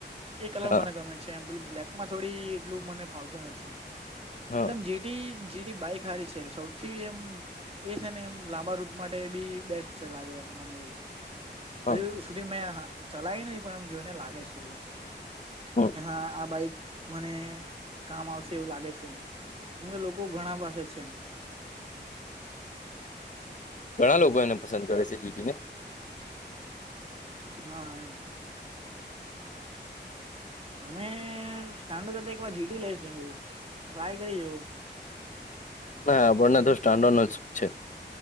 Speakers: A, on the right (about 30°); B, on the left (about 45°).
A: તે કલર
B: હા
A: મને ગમે છે એમ પેલી બ્લેકમાં થોડી એટલું મને ફાવતું નથી એટલે
B: હા
A: જે જીડી બાઈક હારી છે સૌથી એમ એ છે ને એમ લાંબા રૂટ માટે બી બેસ્ટ છે લાગે એમ મને એવું
B: હા
A: હજુ સુધી મેં ચલાવી નથી પણ એમ જોઈને લાગે છે એવું
B: હમ
A: કે હ આ બાાઈક મને કામ આવશે એવું લાગે છે એમ કેમ કે લોકો ઘણા પાસે છે એમ
B: ઘણા લોકો એને પસંદ કરે છે જીટી ને
A: હ એમ તમે સ્ટાન્ડ કર એકવાર જીટી લઈ જવું ટ્રાય કરી જવ
B: ના આપણને તો સ્ટાન્ડર નો જ છે